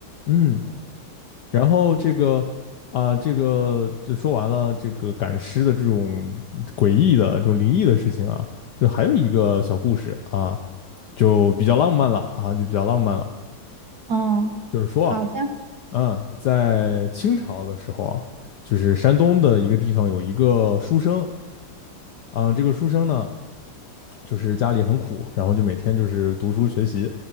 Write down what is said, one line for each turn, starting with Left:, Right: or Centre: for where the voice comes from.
Left: 嗯，然后这个啊，这个就说完了这个赶尸的这种诡异的、这种灵异的事情啊，就还有一个小故事啊，就比较浪漫了啊，就比较浪漫了。
Right: 嗯，
Left: 就是说啊，
Right: 好的，
Left: 嗯，在清朝的时候啊，就是山东的一个地方有一个书生啊，这个书生呢，就是家里很苦，然后就每天就是读书学习，